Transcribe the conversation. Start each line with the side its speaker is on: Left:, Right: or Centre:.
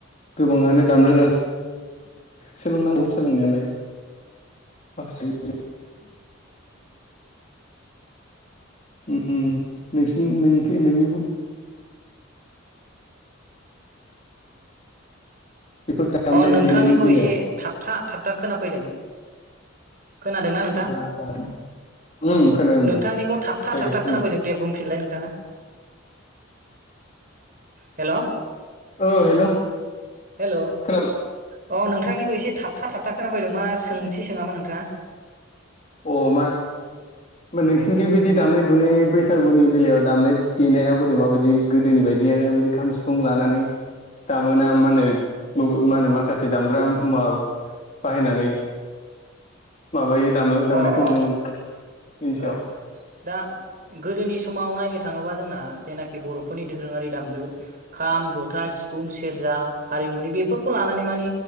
Left: गोबाङानो दामनो रोङा सोलोंनांगौ सोलोंनायालाय माखासे <inaudible> ओम नोंसि नोंखौ नोंनिबो <unintelligible> बेफोर दामनाय
Right: अ नोंथांनिखौ
Left: देनायनि बेलायाव
Right: एसे थाबथा थाबथा था खोनाफैदों खोनादोंना नोंथां
Left: आदसा उम खोनादों
Right: नोंथांनिखौ
Left: दे
Right: थाबथा
Left: जायगा
Right: थाबथा
Left: सोलायनाय
Right: खोनाफैदों दे बुंफिनलाय नोंथाङा हेल'
Left: औ हेल'
Right: हेल' अ
Left: खोनाबाय
Right: नोंथांनिखौ एसे थाबथा थाबथा खोनाफैदों मा सोंथि सोङामोन नोंथाङा
Left: अ मा नोंसिनिजों बिदि दामनाय दुनाय बैसागुनि बेलायाव दामनाय देनाया बोरै माबायदि गोदोनि बायदियैनो बिदि खाम सिफुं लानानै दामोना मा होनो मा होनो माखासे दामग्रा मुवा बाहायनानै माबायो दामो
Right: अ
Left: दामनायखौ
Right: अ
Left: नुनो मोनो बेनि सायाव
Right: औ दा गोदोनि समाव नायनो थाङोबा जोंना जेनाखि बरफोरनि दोरोङारि दामजु खाम जथा सिफुं सेरजा हारिमुनि बेफोरखौ लानानै मानि